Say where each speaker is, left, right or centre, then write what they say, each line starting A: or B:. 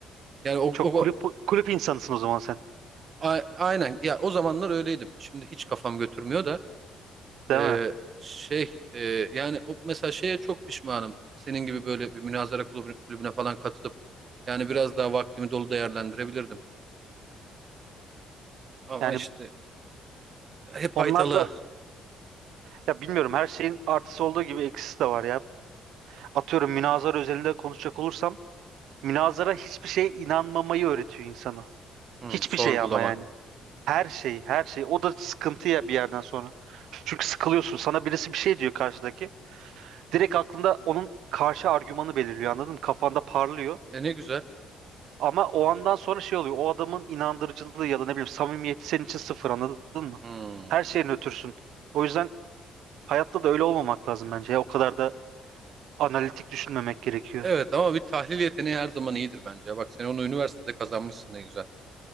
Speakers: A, on the right; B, on the right.
A: Yani o,
B: Çok
A: o,
B: kulüp
A: o-
B: kulüp insanısın o zaman sen.
A: a- aynen ya o zamanlar öyleydim. Şimdi hiç kafam götürmüyor da.
B: Değil
A: Ee,
B: mi?
A: şey e, yani o, mesela şeye çok pişmanım. Senin gibi böyle bir münazara kulübü- kulübüne, falan katılıp yani biraz daha vaktimi dolu değerlendirebilirdim. Ama
B: Yani
A: işte hep
B: onlar
A: haytalı
B: da ya bilmiyorum her şeyin artısı olduğu gibi eksisi de var ya. Atıyorum münazara özelinde konuşacak olursam münazara hiçbir şeye inanmamayı öğretiyor insana.
A: Hmm,
B: Hiçbir
A: sorgulamak.
B: şey ama yani. Her şey, her şey. O da sıkıntı ya bir yerden sonra. Çünkü sıkılıyorsun. Sana birisi bir şey diyor karşıdaki. Direkt aklında onun karşı argümanı belirliyor anladın mı? Kafanda parlıyor.
A: E ne güzel.
B: Ama o andan sonra şey oluyor. O adamın inandırıcılığı ya da ne bileyim samimiyeti senin için sıfır anladın mı?
A: Hmm.
B: Her şeyin ötürsün. O yüzden hayatta da öyle olmamak lazım bence. Ya, o kadar da analitik düşünmemek gerekiyor.
A: Evet ama bir tahlil yeteneği her zaman iyidir bence. ya. Bak sen onu üniversitede kazanmışsın ne güzel.